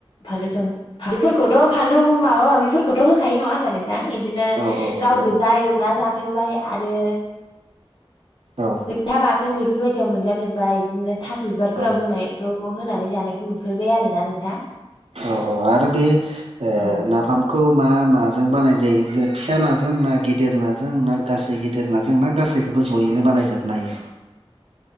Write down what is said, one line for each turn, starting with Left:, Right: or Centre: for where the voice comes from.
Left: फानलुजों फानलुफोरखौथ' फानलु माबा माबिफोरखौथ' होखायो नंङा होनबा नों दां इदिनो
Right: औ औ
Left: गाव
Right: औ
Left: गोजा एवना जाफेरबाय आरो
Right: औ
Left: दा बाथोन बेफोरबायदियाव मोनजाफेरबाय बिदिनो थास' बिबारफोराव
Right: औ
Left: होनायखौ होनानै जानायखौ नु बेफोरबाय आरोना नोंथां
Right: औ आरो बे
Left: औ
Right: नाफाम खौ मा माजों बानाय जायो फिसा नाजों ना गिदिर नाजों ना गासै गिदिर नाजों ना गासै बेबो ज'यैनो बानायजोबनो हायो।